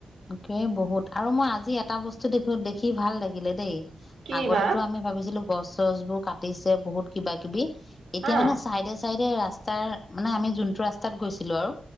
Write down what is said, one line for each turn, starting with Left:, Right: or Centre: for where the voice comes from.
Left: তাকে বহুত আৰু মই আজি এটা বস্তু দেখো দেখি ভাল লাগিলে দেই
Right: কি
Left: আগতেটো
Right: বা
Left: আমি ভাবিছিলোঁ গছ-চছ বোৰ কাটিছে বহুত কিবা-কিবি এতিয়া
Right: হা
Left: মানে চাইডে, চাইডে ৰাস্তাৰ মানে আমি যোনটো ৰাস্তাত গৈছিলোঁ আৰু